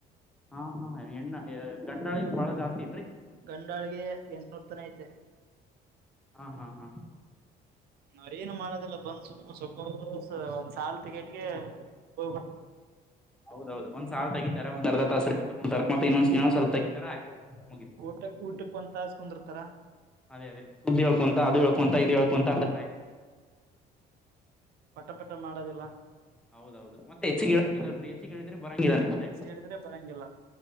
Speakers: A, in the centre; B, on the right.
A: ಹಾ ಹಾ ಎಣ್ಣ ಗಂಡ್ರಾಳಿಗೆ ಬಾಳ ಜಾಸ್ತಿ ಇದ್ರಿ
B: ಗಂಡಾಳಗೆ ಎಂಟನೂರ್ ತನ ಐತೆ
A: ಹಾ ಹಾ ಹಾ
B: ನಾವ್ರ ಏನು ಮಾಡೋದಲ್ಲ ಬಂದ್ ಸುಮ ಸೊಕೋ ಒಂದ್ ಸಲ್ ಟಿಕೆಟ್ಗೆ ಹೋಗ್ಬಿಟ
A: ಹೌದ ಹೌದು ಒಂದ್ ಸಲ್ ತಿತತ ಒ್ ಅರ್ಧ ತಾಸ್ರ ಎಷ್ಟು ಮುಂತತ ಮತ್ತ ಇನ್ನೊಂದು ಇನ್ನಂದಂದು ಸಲ್ ತಗಿತತ
B: ಹ್ಮ್
A: ಆಯ ಮುಗ
B: ಊಟ ಊಟ ಕೊಂತ ಕುಂದಿರ್ತರ
A: ಅದೇದೇ ಸುಬಿ ಹಳ್ಕಂತ ಅದು ಹಳ್ಕೊಂತ ಇ ಹೇಳ್ಕಂತ ಅರ್ ಟ
B: ಪಟ ಪಟ ಮಾಡದಿಲ್ಲ
A: ಹೌದೌದು ಮತ್ತೆ ಹೆಚ್ಚಗೆ ಹೇಳಕ್ಕಿಲ್ಲ ಅಲ್ರರಿ ಹೆಚ್ಚಳಿದ್ರೆ ಬರಂಗಿಲ್ಲ ನೆಕ್ಸ್ಟ್
B: ಹೆಚ್ಚಿಗೆ
A: ಟೈಮ್
B: ಹೇಳಿದ್ರೆ ಬರಂಗಿಲ್ಲ